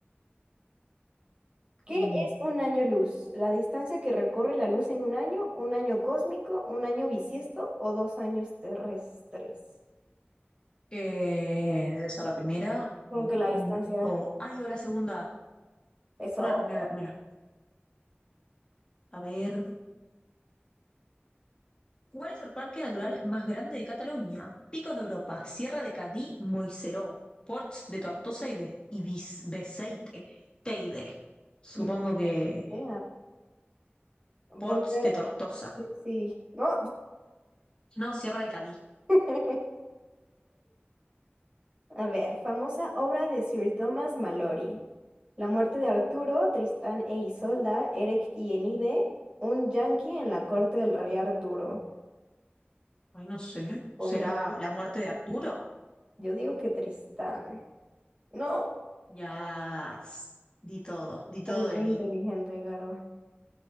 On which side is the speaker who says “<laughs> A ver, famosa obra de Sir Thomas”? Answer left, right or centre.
Right